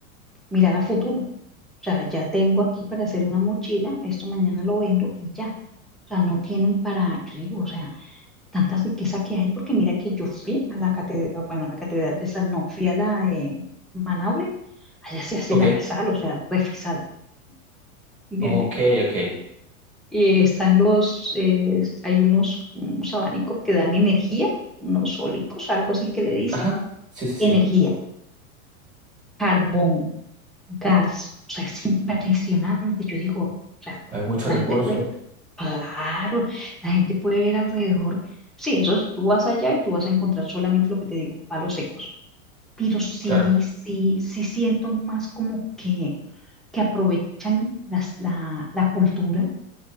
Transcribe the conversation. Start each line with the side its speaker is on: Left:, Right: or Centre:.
Centre: mirada a futuro. O sea, ya tengo aquí para hacer una mochila, esto mañana lo vendo y ya. O sea, no tienen para, yo digo, o sea, tanta riqueza que hay, porque mira que yo fui a la catedral, bueno, a la catedral de Sal, no, fui a la de Manaure, allá se hace
Right: Ok.
Centre: la sal, o sea, refisal, ¿entiendes?
Right: Ok, ok.
Centre: Eh, están los, eh, hay unos, unos abanicos que dan energía, unos sólicos, algo así que le dicen,
Right: Ajá, sí, sí, sí.
Centre: energía, carbón, gas. O sea, es impresionante. Yo digo, o sea,
Right: Hay muchos
Centre: la
Right: recursos,
Centre: gente puede ver, claro, la gente puede ver alrededor. Sí, eso es, tú vas allá y tú vas a encontrar solamente lo que te digo, palos secos. Pero sí,
Right: claro.
Centre: sí, sí siento más como que, que aprovechan las- la la cultura